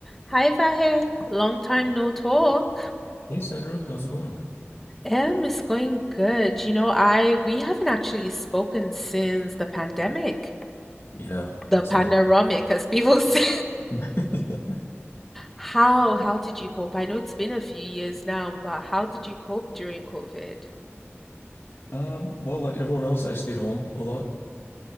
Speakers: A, in the centre; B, on the left (about 60°).
A: Hi, Vahe. Long time no talk.
B: Hey Sandra, how's it going?
A: Um, it's going good. You know, I we haven't actually spoken since the pandemic,
B: Yeah,
A: the
B: it's
A: panoramic,
B: been a while.
A: as people <laughs> said.
B: <laughs>
A: How how did you cope? I know it's been a few years now, but how did you cope during COVID?
B: Um, well, like everyone else, I stayed home a lot.